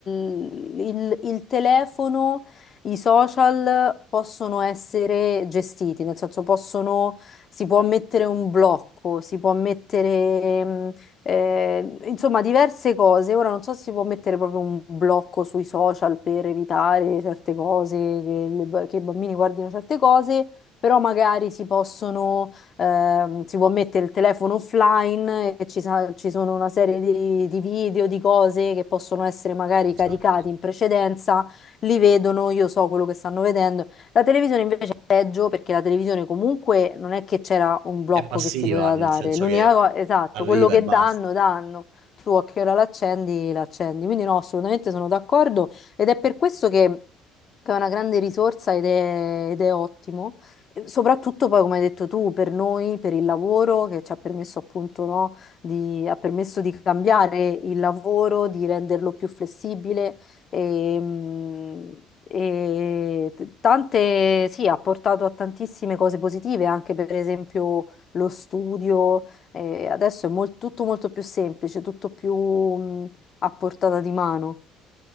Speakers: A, on the left; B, on the right.
A: il- il telefono, i social possono essere gestiti, nel senso possono, si può mettere un blocco, si può mettere eh, insomma diverse cose. Ora non so se si può mettere proprio un blocco sui social per evitare certe cose, che, le- che i bambini guardino certe cose, però magari si possono, ehm, si può mettere il telefono offline e ci, sa- ci sono una serie di, di video, di cose che possono essere magari caricati
B: Esatto.
A: in precedenza, li vedono, io so quello che stanno vedendo. La televisione invece peggio perché la televisione comunque non è che c'era un blocco
B: È passiva,
A: che si poteva
B: nel
A: dare.
B: senso
A: L'unica
B: che
A: cosa, esatto,
B: arriva
A: quello che
B: e basta.
A: danno, danno. Tu a che ora l'accendi, l'accendi. Quindi no, assolutamente sono d'accordo ed è per questo che, che è una grande risorsa ed è, ed è ottimo. E Soprattutto poi, come hai detto tu, per noi, per il lavoro che ci ha permesso appunto, no, di, ha permesso di cambiare il lavoro, di renderlo più flessibile e, mh, e t- tante, sì, ha portato a tantissime cose positive, anche per esempio lo studio. eh, adesso è mol- tutto molto più semplice, tutto più mh, a portata di mano.